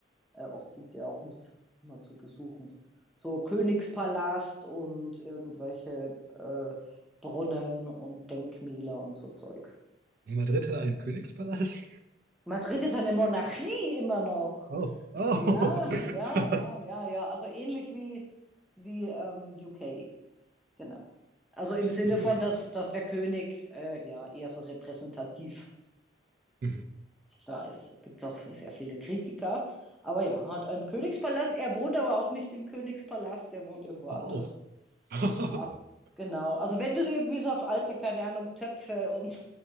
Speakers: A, in the centre; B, on the right (about 50°).
A: Äh, oft sind ja auch nicht immer zu besuchen. So Königspalast und irgendwelche äh, Brunnen und Denkmäler und so Zeugs.
B: Madrid hat einen Königspalast?
A: Madrid ist eine Monarchie immer noch.
B: Oh, oh.
A: Ja,
B: <laughs>
A: ja, ja, ja, ja. Also ähnlich wie, wie ähm, UK, genau. Also im
B: Ach so.
A: Sinne von, dass, dass der König äh, ja eher so repräsentativ
B: Hm.
A: da ist. Gibt es auch sehr viele Kritiker. Aber ja, hat einen Königspalast. Er wohnt aber auch nicht im Königspalast, der wohnt irgendwo anders.
B: Oh. <laughs>
A: Ja, genau. Also wenn du irgendwie so auf alte, keine Ahnung, Töpfe und